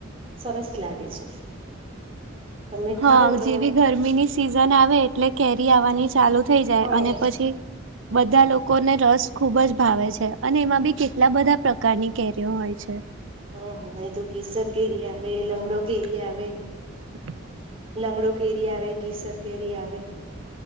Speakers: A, on the right; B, on the right.
A: સરસ લાગે છે. તમે
B: હા
A: ખાવ તો
B: જેવી ગરમીની સી ઝન આવે એટલે કેરી આવવાની ચાલુ થઈ જાય
A: હ
B: અને પછી બધા લોકોને રસ ખુબ જ ભાવે છે અને એમાં બી કે કેટલા બધા પ્રકારની કેરીઓ હોય છે.
A: હમ હ એ તો કેસર કેરી આવે લંગડો કેરી આવે.
B: <inaudible>
A: લંગડો કેરી આવે કેસર કેરી આવે